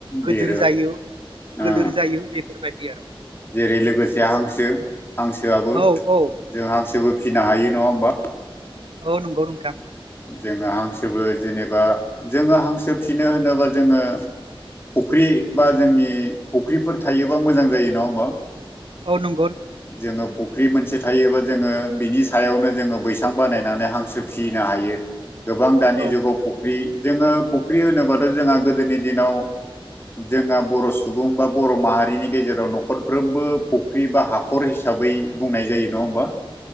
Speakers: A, on the left; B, on the right.
A: देरो
B: गोदोर जायो गोलोर
A: ओ
B: जायो बेफोरबायदि आरो
A: जेरै लोगोसे हांसो हांसोआबो
B: औ औ
A: जों हांसोबो फिसिनो हायो नङा होमबा
B: ओ नंगौ नों
A: जोङो हांसोबो जेनेबा जोङो हांसो फिनो होनोबा जोङो फुख्रि बा जोंनि फुख्रिफोर थायोबा मोजां जायो नङा होमबा
B: औ नं
A: जोङो फुख्रि मोनसे थायोबा जोङो बिनि सायावनो जोङो बैसां बानायनानै हांसो फिनो हायो। गोबां दानि
B: औ
A: जुगाव फुख्रि जोङो फुख्रि होनोबाथ' जोंहा गोदोनि दिनाव जोंहा बर' सुबुं बा बर' माहारिनि गेजेराव न'खरफ्रोमबो फुख्रि बा हा खहर हिसाबै बुंनाय जायो नङा होमबा